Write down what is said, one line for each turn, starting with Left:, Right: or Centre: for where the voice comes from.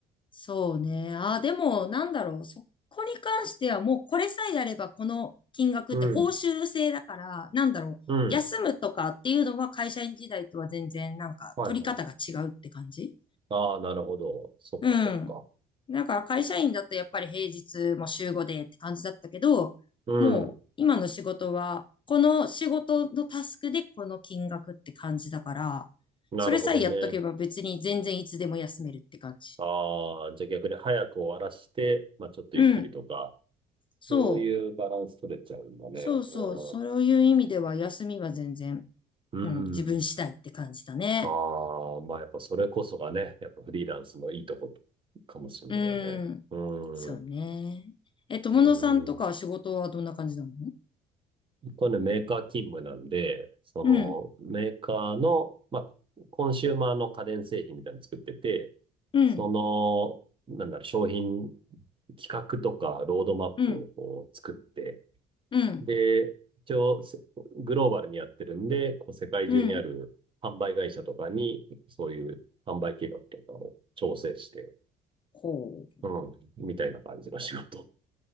Left: そうね。ああ、でも、なんだろう。そこに関してはもうこれさえやればこの金額って報酬制だから、
Right: うん。
Left: なんだろう。
Right: うん。
Left: 休むとかっていうのは会社員時代とは全然なんか取り方が違うって感じ
Right: はいはい。ああ、なるほど。そっかそっか。
Left: うん。だから会社員だとやっぱり平日も週5でって感じだったけど、
Right: うん。
Left: もう今の仕事はこの仕事のタスクでこの金額って感じだから、
Right: なるほどね。
Left: それさえやっとけば別に全然いつでも休めるって感じ。
Right: ああ、じゃあ逆に早く終わらして、まあちょっとゆっくりとか、
Left: うん。そう。
Right: そういうバランス取れちゃうんだね。
Left: そうそう、
Right: うん。
Left: そういう意味では休みは全然、
Right: うん。
Left: うん、自分次第って感じだね。
Right: ああ、まあやっぱそれこそがね、やっぱフリーランスのいいとこかもしれないよね。
Left: うん、
Right: うん。
Left: そうね。え、友野さんとかは仕事はどんな感じなの
Right: うん。これね、メーカー勤務なんで、そ
Left: うん、
Right: のメーカーの、まあ、コンシューマーの家電製品みたいなの作ってて、
Left: うん、
Right: その、なんだろう、商品企画とかロードマップをこう作って、
Left: うん、うん、
Right: で、一応せ、グローバルにやってるんで、こう世界中にある販売会社とかに、
Left: うん。
Right: そういう販売計画とかを調整して、
Left: ほう、
Right: うん、みたいな感じの仕事。